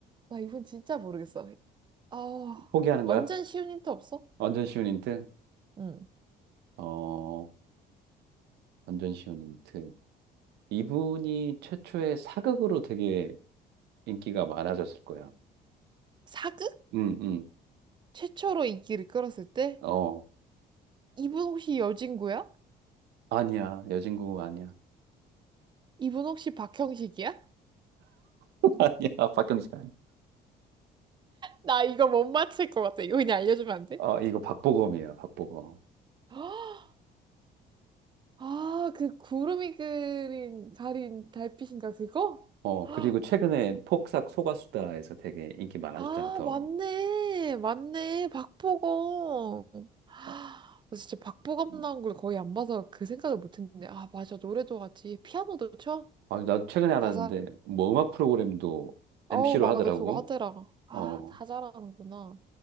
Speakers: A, on the right; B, on the right.
A: 나 이분 진짜 모르겠어. 아,
B: 포기하는
A: 완전
B: 거야?
A: 쉬운 힌트 없어?
B: 완전 쉬운 힌트?
A: 응.
B: 어 완전 쉬운 힌트. 이분이 최초의 사극으로 되게 인기가 많아졌을 거야.
A: 사극?
B: 응, 응.
A: 최초로 인기를 끌었을 때?
B: 어,
A: 이분 혹시 여진구야?
B: 아니야. 여진구 아니야.
A: 이분 혹시 박형식이야?
B: <laughs> 아니야. 박경식 아니야.
A: 나 이거 못 맞힐 것 같아. 이거 그냥 알려주면 안 돼?
B: 어, 이거 박보검이야, 박보검.
A: <gasps> 아, 그 구름이 그린 가린 달빛인가 그거?
B: 어,
A: <gasps>
B: 그리고 최근에 폭삭 소가수다에서 되게 인기 많아졌잖아,
A: 아,
B: 더.
A: 맞네. 맞네. 박보검. <gasps> 아,
B: 아,
A: 나 진짜 박보검
B: 음,
A: 나온 걸 거의 안 봐서 그 생각을 못 했는데. 아, 맞아. 노래도 같이 피아노도 쳐?
B: 아, 나도 최근에 알았는데,
A: 다 잘.
B: 뭐 음악 프로그램도
A: 어우,
B: MC로
A: 맞아.
B: 하더라고.
A: 그거 하더라. 아,
B: 어,
A: 다 잘하는구나.